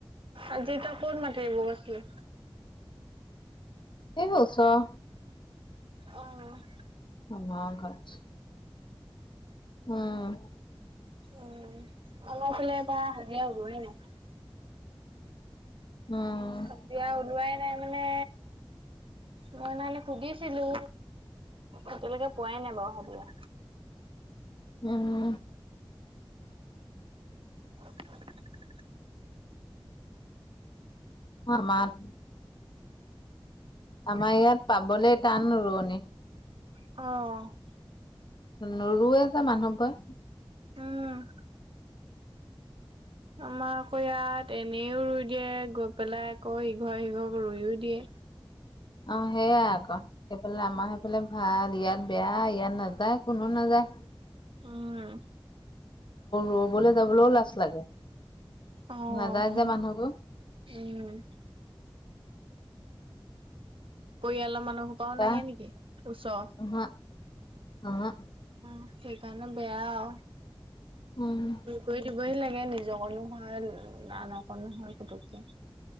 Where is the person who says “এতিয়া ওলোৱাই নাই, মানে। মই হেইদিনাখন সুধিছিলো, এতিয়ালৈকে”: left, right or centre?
Right